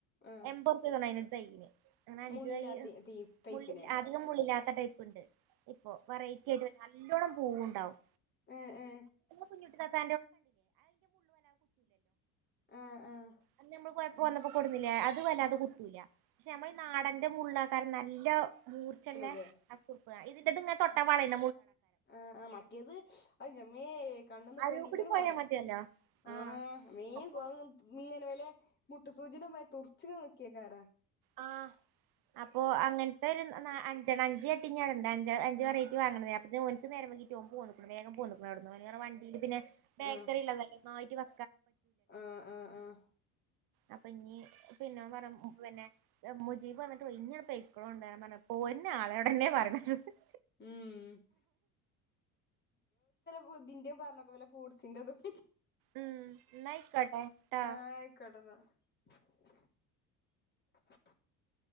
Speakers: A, on the left (about 25°); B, on the right (about 65°).
A: ആ
B: <unintelligible> തൈന്. അങ്ങന അഞ്ച്
A: മുള്ളില്ലാ
B: തയ്യ്.
A: തി ടീ ടൈപ്പിന്
B: മുള്ളില്ല അധികം മുള്ളില്ലാത്ത ത ടൈപ്പുണ്ട് പ്പൊ വറൈറ്റി യായിട്ട് ഒരു സാധ ൻ്റോടെ പൂവുണ്ടാകും
A: ഏ ഏ
B: കുഞ്ഞുട്ടി താത്ത
A: ആഹ് ആഹ്
B: അന്ന് നമ്മള് പോ പ്പോ വന്നപ്പോ കൊണ്ടുന്നില്ലേ അത് വല്ലാതെ കുത്തൂല പക്ഷെ നമ്മൾ നാടന്റെ മുള്ളക്കാരം നല്ല മൂർച്ചള്ളെ
A: ന്നത്
B: <unintelligible> ആ ഇതിൻ്റതങ്ങ് തൊട്ടാ വളരു
A: ആ ആ മറ്റേത് അയ്ൻ്റെമ്മേ ഏ കണ്ണിന്ന്
B: അരൂകൂടി
A: പൊന്നീച്ചാണ്
B: പോയാ
A: പാറും
B: മതിയല്ലോ
A: ആ
B: ആഹ്
A: മീ <unintelligible>
B: അപ്പൊ
A: മുട്ടുസൂചിൻ്റെമാതിരി തുർമ്മിങ്ങനെ നിക്കെയ്ക്കാരം
B: ആ അപ്പൊ അങ്ങനതാരുന്നോ ന്ന അഞ്ചെണ്ണം അഞ്ച് ചടിഞ്ഞവിടെ ണ്ട് അഞ്ച് അഞ്ച് വെറൈറ്റി വാങ്ങുന്നയ അപ്പോത്തേക്ക് ഒരിറ്റം നേരം വൈകിട്ടു <unintelligible> വേഗം പോന്നക്കണം അവിടന്ന് വേറെ വണ്ടില് പിന്നെ ബേക്കറിള്ള
A: ആഹ്
B: തല്ലേ.? ആയിറ്റ് വാ.
A: ആഹ് ആഹ് ആഹ്.
B: അപ്പൊഞ്ഞി <unintelligible> ന്നെ ദ മുജീബ് വന്ന്ട്ട് ഒര്ങ്ങി ആട്ട് <unintelligible> പോര്ന്നാളയോടെന്നാ പറിണത് ഹ് ഹ്
A: ഊഹ് <unintelligible> വുദിന്റെ പർനോക്ക് വലെ ഫൂട്സിന്റതു ഹും
B: ഊം ന്നായ്ക്കോട്ടെ ട്ടോ
A: ആഹ് ആയിക്കോട്ടെന്നാ <inaudible>